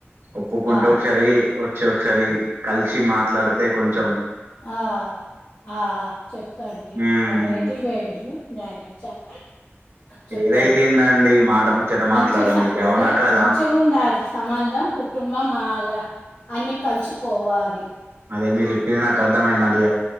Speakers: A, on the right (about 60°); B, on the left (about 65°).
A: ఒప్పుకుంటూ
B: ఆ
A: ఒకసారి వచ్చి ఒకసారి కలిసి మాట్లాడితే కొంచం
B: ఆ ఆ చెప్తాండి
A: ఉమ్
B: ఇంకా బయటి వేండు ఆయన వచ్చాక చెప్తాం
A: ఏదైతేందండి మాట ముచ్చట
B: మంచి
A: మాట్లాడనికి అవునా
B: అదే
A: కాదా
B: మంచి ఉండ సంబంధం కుటుంబం వాళ్ళ అన్ని కలిసి పోవరి
A: అదే మీరు ఇప్పింది నాకు అర్థమైంద అండి